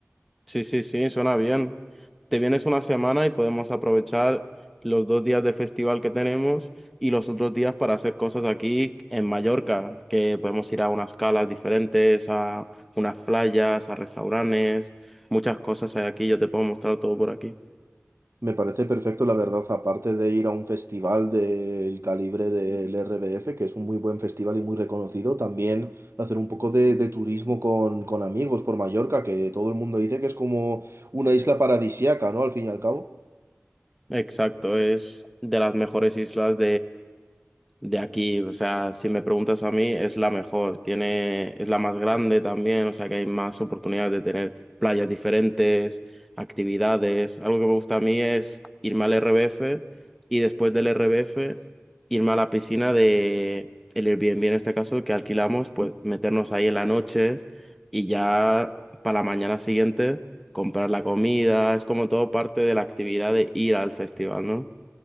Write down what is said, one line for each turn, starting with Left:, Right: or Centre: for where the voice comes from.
Centre: Sí, sí, sí, suena bien. Te vienes una semana y podemos aprovechar los dos días de festival que tenemos y los otros días para hacer cosas aquí en Mallorca, que podemos ir a unas calas diferentes, a unas playas, a restaurantes, muchas cosas hay aquí, yo te puedo mostrar todo por aquí.
Right: Me parece perfecto, la verdad, aparte de ir a un festival del calibre del RBF, que es un muy buen festival y muy reconocido, también hacer un poco de, de turismo con, con amigos por Mallorca, que todo el mundo dice que es como una isla paradisiaca, ¿no? Al fin y al cabo.
Centre: Exacto, es de las mejores islas De aquí, o sea, si me preguntas a mí, es la mejor, tiene, es la más grande también, o sea que hay más oportunidades de tener playas diferentes, actividades. Algo que me gusta a mí es irme al RBF y después del RBF irme a la piscina de el Airbnb en este caso que alquilamos, pues meternos ahí en la noche y ya para la mañana siguiente comprar la comida, es como todo parte de la actividad de ir al festival, ¿no?